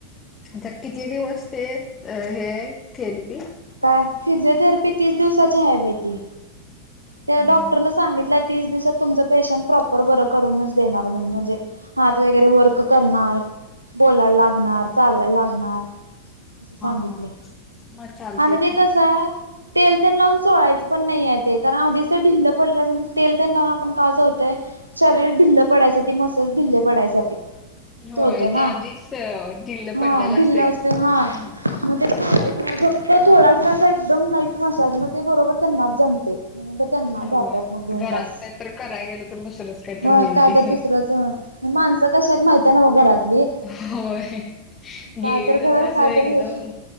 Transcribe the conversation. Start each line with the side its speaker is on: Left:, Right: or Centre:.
Left: आता किती दिवस ते हे थेरीपी?
Right: काय फिजिओथेरपी तीस दिवसाची आहे बाई ती. ते
Left: हा
Right: डॉक्टरन सांगितलंय. तीस दिवसात तुमच पेशंट प्रॉपर बरं करूनच देणार म्हणून म्हणजे हात वगैरे वर्क करणार बोलायला लागणार, चालायला लागणार. अस सांगितलंय
Left: हा मग चालते
Right: आणि ते
Left: की
Right: कसं तेल तेल लावून चोळायचं पण नाहीये ते. कारण आधीच ते ढिल्ल पडलेलं असतयं आणि तेल तेन लावून आपण काय करतोय शरीर ढिल्ल पडायसाठी मसाज ढिल्ल ढिल्ल पडायसाठी
Left: होय
Right: चोळतोय ना
Left: ते आधीच ढिल्लं
Right: हा
Left: पडल्यालं
Right: ढिल्ल
Left: असतय हं
Right: असतंय हा
Left: हं.
Right: मग ते चोळायचं नाही, फक्त थोडासा असा एकदम लाईट मसाज मग ते बरोबर त्यांनाच जमतय. त्यांना
Left: होय
Right: जातात मग दोन
Left: घरात
Right: तास,
Left: काहीत कराय गेलं तर दुसरंच काहीत
Right: होय
Left: होईल
Right: कायतर
Left: ते
Right: तिसरंच माणसं कशी आहेत माहितीये नव्ह घरातली.
Left: होय. ह ह
Right: काय
Left: गेलेल
Right: तर करा
Left: जरास
Right: काय
Left: एकदम
Right: तर